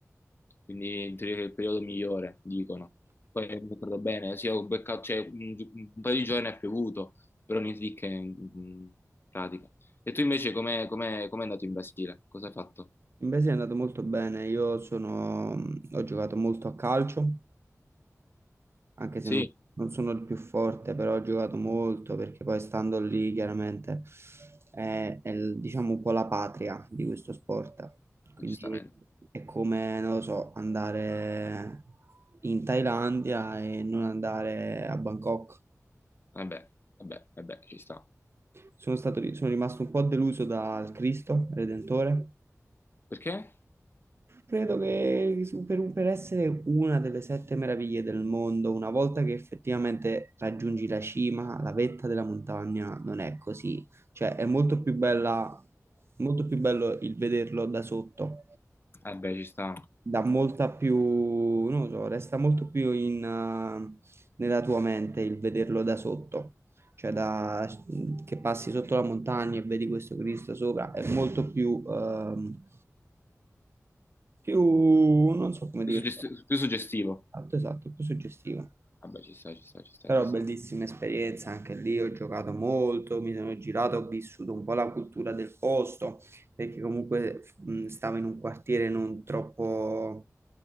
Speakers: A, on the left; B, on the right.
A: quindi in teoria è il periodo migliore, dicono. Poi mi ricordo bene, sì, ho beccato, cioè, un, un paio di giorni è piovuto, però niente di che in, in pratica. E tu invece com'è com'è- com'è andato in Brasile? Cosa hai fatto?
B: Invece è andato molto bene, io sono, ho giocato molto a calcio, anche se
A: Sì,
B: non, non sono il più forte, però ho giocato molto perché poi stando lì chiaramente è, è il- diciamo un po' la patria di questo sport, quindi
A: giustamente.
B: è come, non lo so, andare in Thailandia e non andare a Bangkok.
A: Vabbè, vabbè, vabbè, ci sta.
B: Sono stato, ri- sono rimasto un po' deluso dal Cristo Redentore
A: Perché?
B: Credo che per, un- per essere una delle sette meraviglie del mondo, una volta che effettivamente raggiungi la cima, la vetta della montagna, non è così. Cioè, è molto più bella, molto più bello il vederlo da sotto,
A: Vabbè, ci sta.
B: dà molta più, non lo so, resta molto più in, eh, nella tua mente il vederlo da sotto. Cioè, da, che passi sotto la montagna e vedi questo Cristo sopra, è molto più... ehm, più, non so come
A: Più,
B: dire,
A: suggesti- più suggestivo.
B: esatto, esatto, più suggestivo.
A: Vabbè, ci sta, ci sta, ci sta,
B: Però
A: ci sta.
B: bellissima esperienza, anche lì ho giocato molto, mi sono girato, ho vissuto un po' la cultura del posto, perché comunque mh, stavo in un quartiere non troppo,